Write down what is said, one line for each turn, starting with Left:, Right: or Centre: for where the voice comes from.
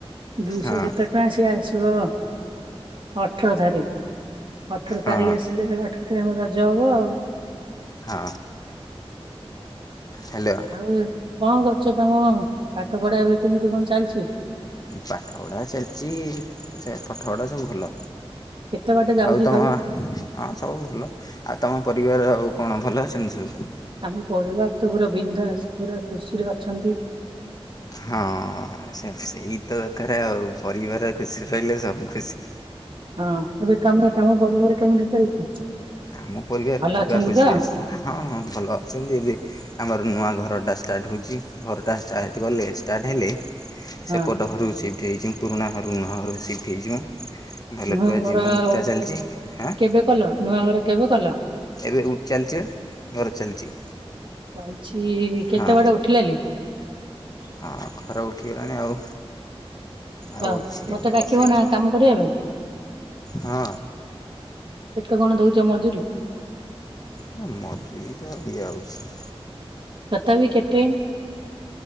Right: ଦୁଇଶହ
Left: ହଁ।
Right: କେତେ। ପସଏ ଆସିବ ଅଠର ତାରିଖ ଅଠର
Left: ହଁ
Right: ତାରିଖ ଆସିଲେଠ। ସେରେ ଆମ ରଜ ହବ ଆଉ।
Left: ହଁ ହ୍ୟାଲୋ।
Right: ଆଉ କଣ କରୁଛ ତମ ପାଠ ପଢା ଏବେ କେମିତି କଣ ଚାଲିଛି।
Left: ପାଠପଢ଼ା ଚାଲିଛି ସେ ପାଠପଢ଼ା ସବୁ ଭଲ।
Right: କେତେ ବାଟ ଯାଉଛି
Left: ଆଉ ତମ।
Right: ସବୁ
Left: ହଁ ସବୁ ଭଲ ଆଉ ତମ ପରିବାର ଆଉ କଣ ଭଲ ଅଛନ୍ତି ସବୁ।
Right: ଆମ ପରିବାର ତ ପୁରା ବିନ୍ଧାସ ପୁରା ଖୁସିରେ ଅଛନ୍ତି।
Left: ହଁ ସେମ୍ ସେଇ ତ ଦରକାର ଆଉ ପରିବାର ଖୁସିରେ ରହିଲେ ସବୁ ଖୁସି।
Right: ହଁ ଏବେ କାମ ତମ ପରିବାର କେମିତି ଚାଲିଛି?
Left: ଆମ ପରିବାର
Right: ଭଲ
Left: ପୁରା
Right: ଅଛନ୍ତି
Left: ଖୁସିରେସି
Right: ତ
Left: ହଁ ହଁ ଭଲ ଅଛନ୍ତି ଏବେ। ଆମର ନୂଆ ଘରଟା ଷ୍ଟାର୍ଟ ହେଉଛି ଘରଟା ଷ୍ଟାର୍ଟ କଲେ ଷ୍ଟାର୍ଟ ହେଲେ।
Right: ହଁ
Left: ସେ ପୋଟ ଘରୁ ସିଫ୍ଟ ହେଯିବ ପୁରୁଣା ହାରୁ ନୂହଁ ଘର ସିଫ୍ଟ ହେଇଯିବ। ଭଲପଆ
Right: ନୂଆ ଘର
Left: ଜୀବନଟା ଚାଲିଛି ହଁ।
Right: କେବେ କଲ ନୂଆ ଘର କେବେ କଲ?
Left: ଏବେ ଉଠ ଚାଲିଛି ବା ଘର ଚାଲିଛି।
Right: ଚାଲିଛି କେତେବେଡେ
Left: ହଁ
Right: ଉଠିଲା ଲି
Left: ହଁ ଖର ଉଠିଗଲାଣି ଆଉ।
Right: ହଁ
Left: ଆଉ ଅଛି
Right: ମତେ
Left: ଆଉ
Right: ଡାକିବ
Left: ବିଛି ଆଉ
Right: ନା କାମ କରିବା ପାଇଁ?
Left: ହ
Right: କେତେ କଣ ଦଉଛ ମଜୁରୀ?
Left: କ ମଜୁରିତ ଦିଆହଉଛି।
Right: କଥା ବିି କେତେ।